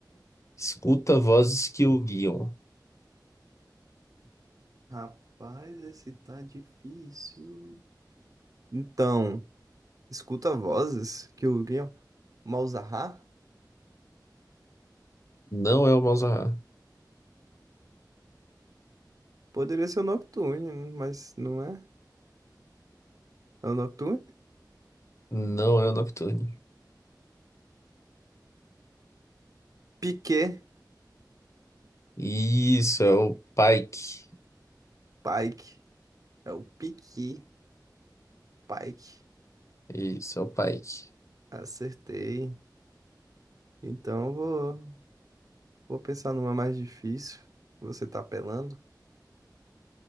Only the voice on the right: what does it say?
Rapaz, esse tá difícil. Então, escuta vozes que o Guion. Malzahar?
Poderia ser o Nocturne, mas não é? É o Nocturne?
Piquet
Pike. É o Piqui, Pike.
Acertei. Então eu vou, vou pensar numa mais difícil. Você tá apelando?